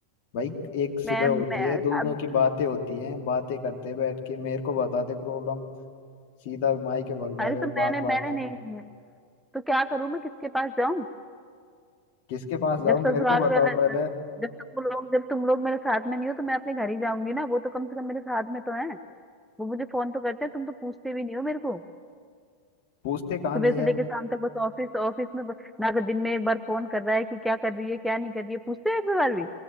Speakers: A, on the left (about 50°); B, in the centre.
A: भाई एक सुलह
B: मैं,
A: होती
B: मैं
A: है दोनों
B: अब
A: की बातें होती हैं बातें करते बैठ के मेरे को बताते प्रॉब्लम सीधा मायके भग जा
B: अरे
A: रहे
B: तो
A: हो
B: मैंने
A: बात बात
B: मैंने
A: पे
B: नहीं तो क्या करूं मैं किसके पास जाऊं
A: किसके पास जाओ
B: जब
A: मेरे
B: ससुराल
A: को बताओ
B: वाला
A: पहले
B: जब तुम लोग जब तुम लोग मेरे साथ में नहीं हो तो मैं अपने घर ही जाऊंगी ना वो तो कम से कम मेरे साथ में तो है वो मुझे फोन तो करते हैं तुम तो पूछते भी नहीं हो मेरे को
A: पूछते कहाँ
B: सुबह
A: नहीं
B: से
A: है
B: लेके शाम तक बस ऑफिस ऑफिस में ब- ना कर दिन में एक बार फोन कर रहा है कि क्या कर रही है क्या नहीं कर रही है पूछते हो एक भी बार भी